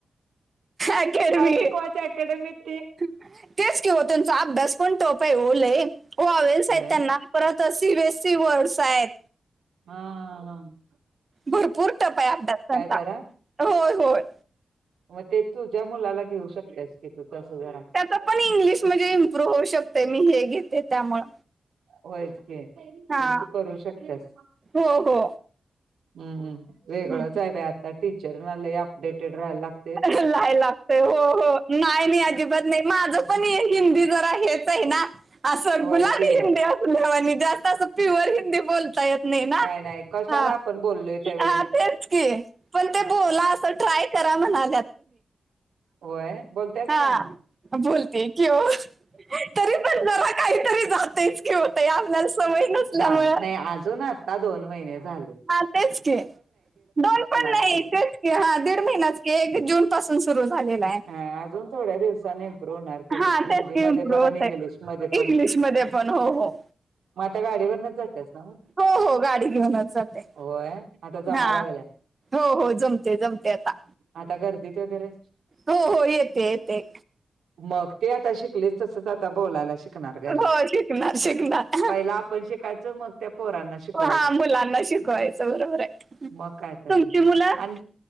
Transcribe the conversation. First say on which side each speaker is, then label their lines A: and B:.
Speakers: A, on the right (about 45°); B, on the right (about 80°).
A: अकॅडमी.
B: काय चीकवायच्या अकॅडमीत ती?
A: तेच की हो तोनचा अभ्यास पण टफ हाय हो लई वॉवेल्स
B: होय
A: आहेत त्यांना परत तर C B S C words आहेत.
B: हा हा हा.
A: भरपूर टफ आहे अभ्यास त्यांचा
B: जरा
A: होय-होय.
B: मग ते तुझ्या मुलाला घेऊ शकतेस की तू तसं जरा.
A: तो पण इंग्लिश म्हणजे इम्प्रूव्ह होऊ शकतोय मी हे घेते त्यामुळं.
B: होयच की म्हणजे
A: हां.
B: तू करू शकत्यास.
A: हो, हो.
B: हम्म हम्म वेगळंच
A: हं.
B: आहे बाई आता टीचरना लई अपडेटेड राहायला लाग
A: लाय लागतय हो हो नाही मी अजिबात नाही. माझं पण हिंदी जरा हेच आहे ना, असं
B: होयच
A: <unintelligible>
B: की
A: हिंदी वाांनी जास्त असं प्युअर हिंदी बोलता येत नाही ना
B: नाही कशाला
A: हा.
B: आपण बोललोय त्यावेळी
A: हा तेच, की पण ते बोला असं ट्राय करा म्हणाल
B: होय बोलतायच
A: हा
B: काय मग
A: बोलते कि ओ. तरी पण जरा काहीतरी राहतंयच की ओ ताई आपल्याला सवय नसल्यामुळं
B: जाण नाही अजून आता दोन महिने झालेत.
A: हा तेच की, दोन पण नाही
B: असेल
A: तेच की हा दीड महिनाच की एक जून पासून सुरू झालेला आहे.
B: हा अजून थोड्या दिवसाांनी इम्प्रूव्ह होणार की ग
A: हा
B: हिंदीमध्ये
A: तेच की इमप्रूव्ह
B: पण आणि
A: होतंय.
B: इंग्लिशमध्ये पण
A: इंग्लिशमध्ये पण हो हो.
B: मग आता गाडीवरनच जात्यास नव्हं?
A: हो हो गाडी घेऊनच जात्या.
B: होय? आता जमा
A: हा
B: लागल्या
A: हो हो जमते जमते आता.
B: आता गर्दीत वगैरे?
A: हो हो येते येते.
B: मग ते आता शिकलीस तसंच आता बोलायला शिक. शिकणार ग.
A: हो शिकणार शिकणार
B: पहिलं आपण शिकायच, मग त्या पोरांना शिकवायचं
A: हा मुलांना शिकवायचं बरोबर आहे.
B: मग काय तर
A: तुमची
B: नाही
A: मुलं?
B: आणि